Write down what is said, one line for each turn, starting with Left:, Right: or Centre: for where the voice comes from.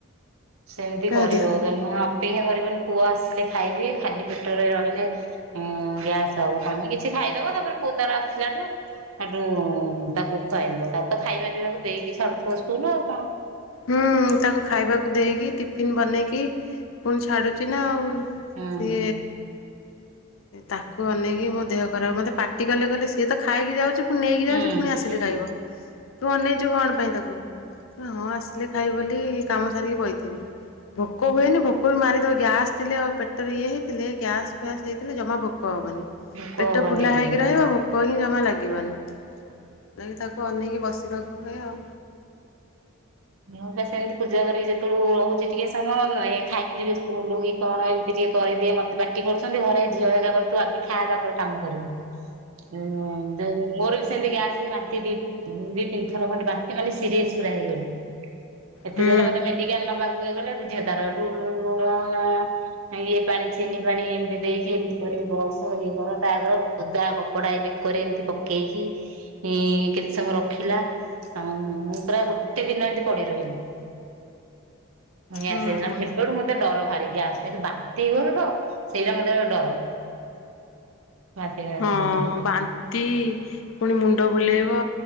Right: ସେମିତି
Left: ତା
Right: କରିବ
Left: ଦେହ
Right: <unintelligible> ଅପେକ୍ଷା କରିବନି ପୁଅ ଆସିଲେ ଖାଇବି। ଖାଲି ପେଟରେ ରହିଲେ ଗ୍ୟାସ ହବ ତମେ କିଛି ଖାଇଦବ ତାପରେ ପୁଅ ତାର ଆସିଲାଠୁ ସେଠୁ ତାକୁ ଖୁଆଇଦବ ତାକୁ ତ ଖାଇବା ପିଇବାକୁ ଦେଇକି ଛାଡୁଥିବ ସ୍କୁଲ ଆଉ କଣ।
Left: ହୁଁ ତାକୁ ଖାଇବାକୁ ଦେଇକି ଟିଫିିନ ବନେଇକି ପୁଣି ଛାଡୁଛି ନା ଆଉ।
Right: ହୁଁ
Left: ସେ ତାକୁ ଅନେଇକି ମୋ ଦେହ ଖରାପ ମତେ ପାଟି କଲେ କଲେ ସିଏ ତ ଖାଇକି ଯାଉଛି ପୁଣି ନେଇକି
Right: ହୁଁ
Left: ଯାଉଚି ପୁଣି ଆସିଲେ ଖାଇବ ତୁ ଅନେଇଚୁ କଣ ପାଇଁ ତାକୁ ହଁ ଆସୁ। ଆସଲେ ଖାଇବ ବୋଲି କାମ ସାରିକି ବଇଚି। ଭୋକ ହୁଏନି ଭୋକ ବି ମାରିଦବ ଗ୍ୟାସ୍ ଥିଲେ ଆଉ ପେଟରେ ଇଏ ହେଇଥିଲେ ଗ୍ୟାସ୍ ଫ୍ୟାସ୍ ହେଇଥିଲେ ଜମା ଭୋକ୍ ଭୋକ ହବନି
Right: ଭୋକ
Left: ପେଟ
Right: ହବନି
Left: ଫୁଲା
Right: ଜମା।
Left: ହେଇକି ରହିବ ଭୋକ୍ ପୋକ ହିଁ ଜମା ଲାଗିବନି ତେଣୁତାକୁ ଅନେଇକି ବସିବାକୁ ହୁଏ ଆଉ।
Right: ମୁଁ ତ ସେମିତି ପୂଜା କରିକି ଯେତେବେଳୁ ରହୁଚି ଟିକେ ସମୟ ଖାଇକି ଯିବେ ସ୍କୁଲ କି କଣ ଏମିତ୍ ଟିକେ କରିଦିଏ ମତେ ପାଟି କରୁଚନ୍ତି ଘରେ ଝିଅ ହେଇରିକା କଉଚି ତୁ ଆଗେ ଖାଆ ତାପରେ କାମ କରିବୁ। ହୁଁ ଯୋଉ ମୋର ବି ସେମିତି ଗ୍ୟାସ୍ ହେଇ ବାନ୍ତି ଦି ଦି ତିନି ଥର ଖଣ୍ଡେ ବାନ୍ତି ମାନେ ସିରିଏସ୍ ପୁରା ହେଇଗଲି। ଏତେ
Left: ହୁଁ
Right: ଜୋର ମତେ ମେଡିକାଲ ନବାକୁ ହେଇଗଲେ ଝିଅ ତାର ଏଠୁ ଲୁଣ ଇଏ ପାଣି ଚିନି ପାଣି ଏମିତି ଦେଇକି ଏମିତି କରିକି ବସ ଇଏ କର ତା କର ଓଦା କପଡା ଏଇ ବେକରେ ଏମିତି ପକେଇକି ହିଁ କେତେ ସମୟ ରଖିଲା ଆଉ ପୁରା ଗୋଟେ ଦିନ ଏଟି ପଡି ରହିଲି। ଗ୍ୟାସ୍
Left: ହଁ
Right: ହେଇଥିଲା
Left: ହଁ
Right: ସେବେଟୁ ମତେ ଡର ଭାରି ଗ୍ୟାସ। ସେ ଯୋଉ ବାନ୍ତିହଉନଥିବ ସେଇଟା ମତେ ଭାରି ଡର। ବାନ୍ତି ଫାନ୍ତି
Left: ହଁ
Right: ହବ
Left: ବାନ୍ତି ପୁଣି ମୁଣ୍ଡ ବୁଲେଇବ।